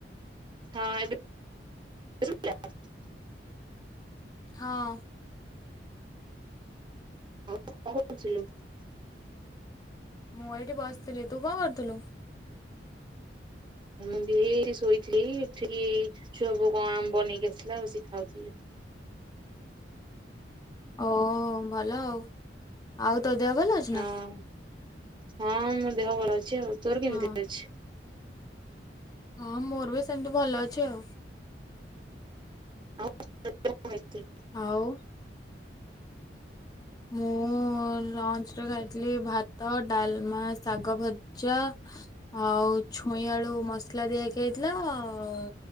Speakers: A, on the right; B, on the left.
A: ହଁ ଏବେ <unintelligible>
B: ହଁ।
A: <unintelligible>
B: ମୁଁ ଏଇଠି ବସିଥିଲି ତୁ କଣ କରୁଥିଲୁ ।
A: ମୁଁ ବି ଏଇ ଶୋଇଥିଲି ଉଠିଲି। ଛୁଆ ବୋଉ କଣ ଆମ୍ବ ନେଇକି ଆସିଥିଲା । ବସି ଖାଉଥିଲି।
B: ଓ ଭଲ ଆଉ ତୋ ଦେହ ଭଲ ଅଛି
A: ହଁ
B: ନା ।
A: ହଁ ମୋ ଦେହ ଭଲ ଅଛି ଆଉ ତୋର କେମିତି
B: ହଁ
A: ଅଛି?
B: ହଁ ମୋର ବି ସେମିତି ଭଲ ଅଛି ଆଉ
A: ଥିଲ <unintelligible>
B: ହଉ ମୁଁ ଲଞ୍ଚ ରେ ଖାଇଥିଲି ଭାତ ଡାଲମା ଶାଗ ଭଜା ଆଉ ଛୁଇଁ ଆଳୁ ମସଲା ଦିଆକି ହେଇଥିଲା ଆଉ